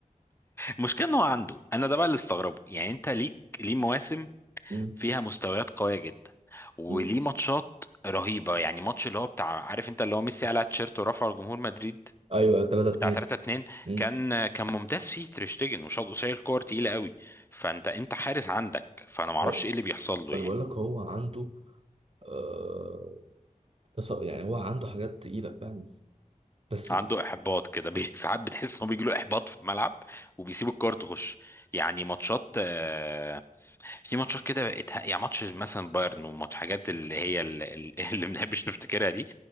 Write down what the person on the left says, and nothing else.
المشكله ان هو عنده انا ده بقى اللي استغربه يعني انت ليك ليه مواسم
فيها مستويات قويه جدا وليه
ماتشات رهيبه يعني ماتش اللي هو بتاع عارف انت اللي هو ميسي قلع التيشيرت ورفعه لجمهور مدريد
بتاع
3 2
كان كان ممتاز فيه تريشتجن وشاط قصير كور تقيله قوي فانت انت حارس عندك فانا ما اعرفش
ايه اللي بيحصل له
يعني
عنده
احباط كده <laughs> بي- ساعات بتحس انه بيجي له احباط في الملعب وبيسيب الكوره تخش يعني ماتشات آه، في ماتشات كده اتها- يعني ماتش مثلا بايرن وماتش حاجات اللي هي ال- ال- <laughs> اللي ما بنحبش نفتكرها دي